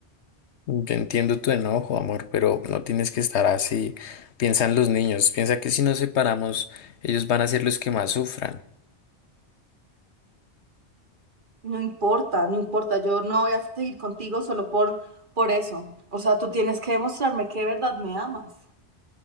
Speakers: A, on the left (about 80°); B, on the right (about 45°).
A: Yo entiendo tu enojo, amor, pero no tienes que estar así. Piensan los niños, piensa que si nos separamos, ellos van a ser los que más sufran.
B: No importa, no importa, yo no voy a seguir contigo solo por, por eso. O sea, tú tienes que demostrarme que de verdad me amas.